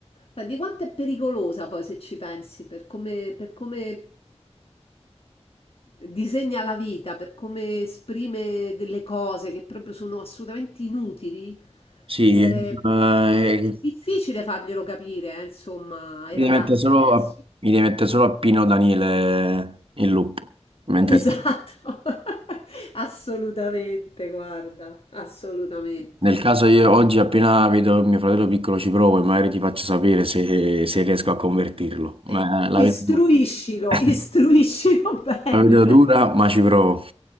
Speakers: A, on the left; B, on the right.
A: cioè, di quanto è pericolosa poi se ci pensi, per come, per come disegna la vita, per come esprime delle cose che proprio sono assolutamente inutili.
B: sì,
A: eh,
B: eh,
A: Sì.
B: mi
A: è è difficile farglielo capire, eh, insomma, ai
B: devi
A: ragazzi
B: mettere solo
A: adesso.
B: a, mi devi mettere solo a Pino Danile in loop, mentre...
A: Esatto, <laughs> assolutamente, guarda, assolutamente.
B: Nel caso io oggi appena vedo mio fratello piccolo ci provo e magari ti faccio sapere se, se riesco a convertirlo. Ma
A: E
B: la vedo
A: istruiscilo,
B: dura. <laughs>
A: istruiscilo <laughs> bene.
B: La vedo dura, ma ci provo.